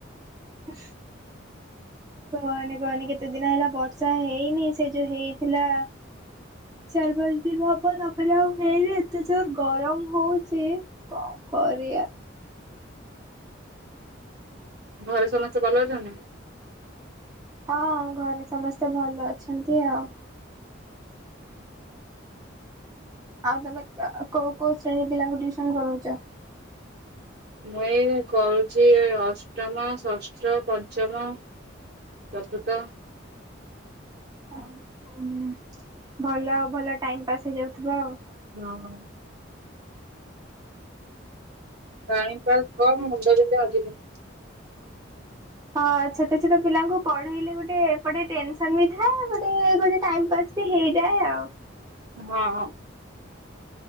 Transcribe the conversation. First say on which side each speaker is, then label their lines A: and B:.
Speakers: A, on the right; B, on the right.
A: ହ କୁହନି-କୁହନି କେତେ ଦିନ ହେଲା ବର୍ଷା ହେଇନି ସେ ଯୋଉ ହେଇଥିଲା ଚାରି ପାଞ୍ଚ ଦିନ ହବ ତାପରେ ଆଉ ହେଇନି ଏତେ ଜୋର୍ ଗରମ୍ ହଉଚି କଣ କରିଆ।
B: ଘରେ ସମସ୍ତେ ଭଲ ଅଛନ୍ତି?
A: ହଁ ଘରେ ସମସ୍ତେ ଭଲ ଅଛନ୍ତି ଆଉ। ଆଉ ତମେ କୋଉ-କୋଉ ଶ୍ରେଣୀ ପିଲାଙ୍କୁ ଟ୍ୟୁସନ୍ କରଉଚ?
B: ମୁଁ ଏଇ କରୁଚି ଅଷ୍ଟମ, ଷଷ୍ଠ, ପଞ୍ଚମ ଚତୁର୍ଥ
A: ହୁଁ ଭଲ ଆଉ ଭଲ ଟାଇମ୍ ପାସ୍ ହେଇଯାଉଥିବ ଆଉ।
B: ହଁ। ଟାଇମ୍ ପାସ୍ କମ୍ ମୁଣ୍ଡା ବିନ୍ଧା ଅଧିକ।
A: ହଁ ଛୋଟ-ଛୋଟ ପିଲାଙ୍କୁ ପଢେଇଲେ ଗୋଟେ ଏପଟେ ଟେନସନ୍ ବି ଥିବ, ଗୋଟେ-ଗୋଟେ ଟାଇମ୍ ପାସ୍ ହେଇଯାଏ ଆଉ।
B: ହଁ।